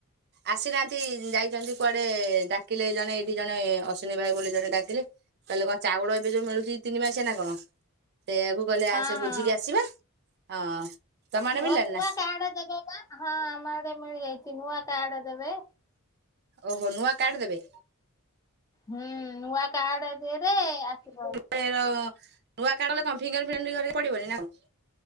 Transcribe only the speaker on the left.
ହଁ
ହଁ।
ଓ
ନୂଆ
କାର୍ଡ ଦେବେ ବା ହଁ ଆମଆଡେ ମିଳିଯାଇଚି ନୂଆ କାର୍ଡ ଦେବେ।
ହୁଁ ନୂଆ କାର୍ଡ ଦେରେ ଆସିବ।